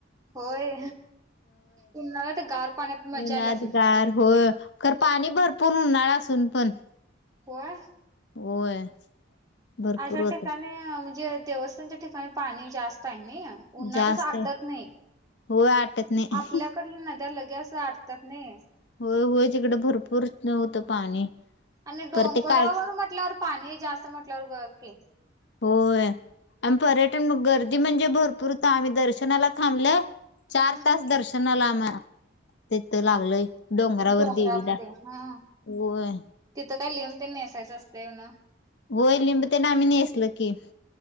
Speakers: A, on the right (about 20°); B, on the left (about 60°).
A: होय उन्हाळ्यात तर गार पाण्यात
B: उन्हाळ्यात
A: मजा आली असेल
B: गार हो खर पाणी भरपूर उन्हाळा असून पण
A: होय
B: होय भरपूर
A: अशा
B: होत
A: ठिकाणी म्हणजे देवस्थानच्या ठिकाणी पाणी जास्त आहे ना उन्हातस
B: जास्त
A: आटत नाही
B: होय आटत नाही
A: आपल्या इकडला नद्या लगे असं अटतात नाही
B: हो होय तिकडं भरपूर होतं पाणी
A: आणि डोंगरावर
B: पर ते काय
A: म्हटल्यावर पाणी जास्त म्हटल्यावर की
B: होय आणि पर्यटन गर्दी म्हणजे भरपूर होता आम्ही दर्शनाला थांबलं. चार
A: हम्म
B: तास दर्शनाला आम्हाला तिथं लागलंय. डोंगरावर
A: डोंगरामध्ये
B: देवीला
A: हा
B: होय
A: तिथं काय लिहून त्यां नेसायचं असतं ना
B: होई लिंब त्याना आम्ही नेसल की